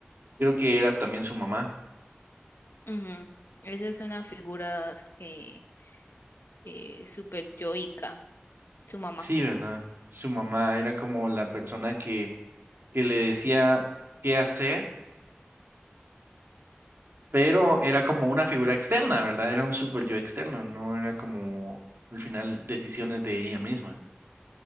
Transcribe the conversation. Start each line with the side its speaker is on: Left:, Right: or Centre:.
Right: creo que era también su mamá.
Left: Ujú. Esa es una figura eh, eh, super yoica, su mamá.
Right: Sí, ¿verdad? Su mamá era como la persona que, que le decía qué hacer, pero era como una figura externa, ¿verdad? Era un super yo externo, no era como al final decisiones de ella misma.